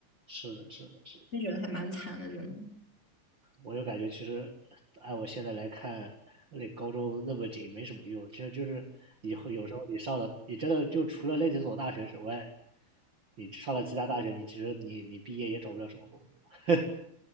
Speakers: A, on the right; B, on the left.
A: 是的，是的，是的。
B: 就觉得还蛮惨的，真的。
A: 我就感觉其实按我现在来看，那高中那么紧没什么用。其实就是你会有时候你上了，你真的就除了那几所大学之外，你上了其他大学，你其实你你毕业也找不了什么工作。<laughs>